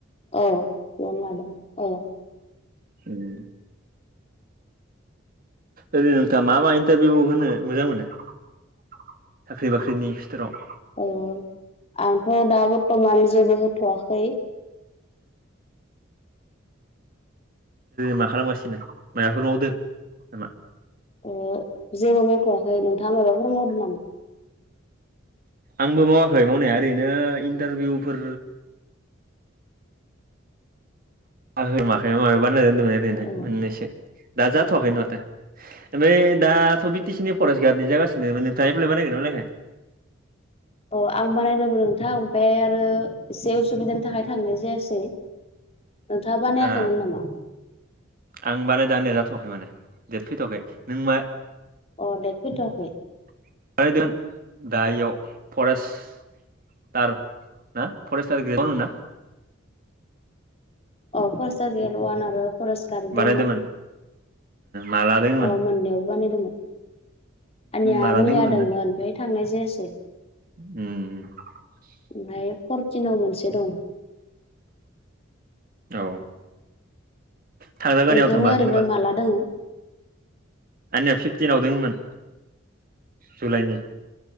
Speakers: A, on the left; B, on the right.
A: औ बेयावनो लादों औ
B: ओम ओरै नोंथाङा मा मा इन्टारभिउ होनो मोजां मोनो साख्रि बाख्रिनि फिथोराव
A: अह आंथ' दा बर्थमान जेबो होथ'वाखै।
B: मा खालामगासिनो मायाफोर मावावदो नामा?
A: ओ जेबो मावथ'वाखै। नोंथाङा माबाफोर मावदों नामा?
B: आंबो मावाखै मावनाया ओरैनो इन्टारभिउफोर आंङो माखैबा माखैबा बानायनानै दोनदोंमोन ओरैनो
A: औ
B: मोननैसो दा जाथ'वाखैनो माथो ओमफाय दा बि टि सि नि फरेस्ट गार्डनि जागासिनोमोन। नोंथाङा एप्लाइ बानायगोन ना बानायाखै?
A: अ आं बानायदोंमोन नोंथां। ओमफ्राय आरो एसे उसुबिदानि थाखाय थांनाय जायासै। नोंथाङा बानायाखैमोन
B: ओ
A: नामा?
B: आं बानायदों आंनिया फैथ'वाखै माने डेट फैथ'वाखै नों मा
A: अ देत फैथ'वाखै
B: <unintelligible> दा इयाव फरेस्ट थार ना फरेस्टार ग्रेदवान मोनना?
A: अ फरसा ग्रेद वान आरो फरेस गार दंमोन।
B: बानायदोंमोन माला दोङोमोन
A: औ मोननैयावबो बानायदोंमोन। आनिया
B: माला
A: मिया
B: दोङोमोन
A: दंमोन आमफाय थांनाय जायासै।
B: ओम
A: ओमफ्राय फरटिनाव मोनसे दं।
B: औ थांजागोन
A: नोंथांनिया
B: बेयाव थांबा
A: ओरैनो
B: जेनेबा।
A: माला दोङो?
B: आंनिया फिफ्टिनाव दङमोन। जुलाइनि
A: अ